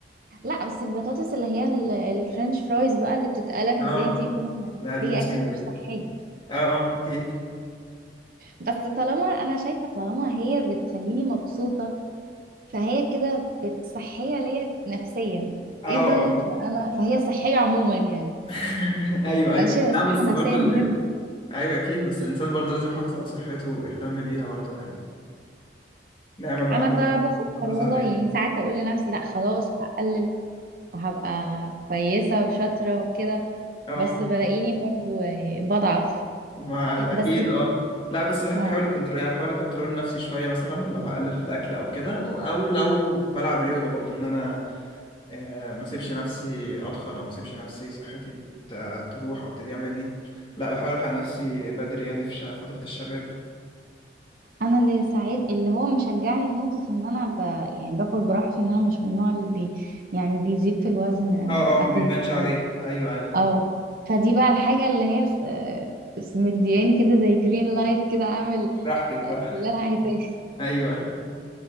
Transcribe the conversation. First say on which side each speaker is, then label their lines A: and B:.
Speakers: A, on the right; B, on the left.
A: لا بس البطاطس اللي هي ال- الفرنش فرايز بقى اللي بتتقلى في
B: اه
A: الزيت دي فيها
B: لا دي
A: هي
B: مصيبة
A: اكيد
B: دي
A: مش صحية
B: اه اه اكيد
A: بس طالما انا شايفة طالما هي بتخليني مبسوطة فهي كده بت- صحية ليا نفسيا
B: اه
A: اذا
B: اه
A: فانا فهي صحية عموما يعني
B: <laughs> ايوه ايوه
A: انا شايفة
B: لا
A: الصحة
B: بس
A: النفسية
B: برضو ال...
A: مهمة
B: ايوه اكيد بس الانسان برضو لازم يحافظ على صحته ويهتم بيها برضو يعني نعمة من
A: انا
B: عند ربنا
A: ب- بفكر
B: يحافظ
A: والله
B: عليها
A: يعني ساعات اقول لنفسي لا خلاص هقلل وهبقى كويسة وشاطرة وكده
B: اه
A: بس بلاقيني برضو يعني بضعف
B: مع
A: بس
B: اكيد اه لا بس الواحد
A: ف-
B: بيحاول يكنترول يعني بحاول اكنترول نفسي شويه مثلا لو هقلل في الاكل او كده او لو بلعب رياضه برضو ان انا آه، ما اسيبش نفسي اتخن او ما اسيبش نفسي صحتي ت- تروح او تضيع مني لا بحاول الحق نفسي بدري يعني في ش- فتره الشباب
A: انا اللي ساعد اللي هو مشجعني في نقطة ان انا ب... يعني باكل براحتي ان انا مش من النوع اللي بي... يعني بيزيد في الوزن
B: اه
A: مع الاكل
B: اه ما بيبانش
A: الكتير
B: عليه ايوه ايوه
A: اه فدي بقى الحاجة اللي هي س- آه، مدياني كده زي جرين لايت كده اعمل
B: براحتك بقى
A: آه،
B: <laughs>
A: اللي انا عايزاه
B: ايوه ايوه